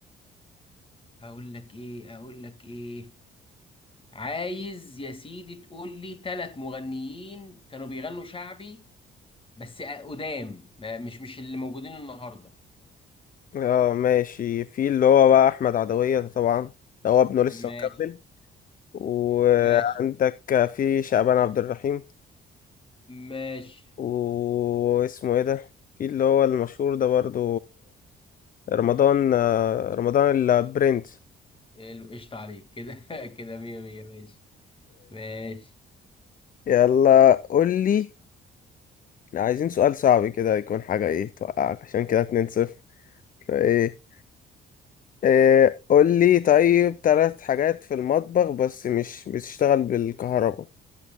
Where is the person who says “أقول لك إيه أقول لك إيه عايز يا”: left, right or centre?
Left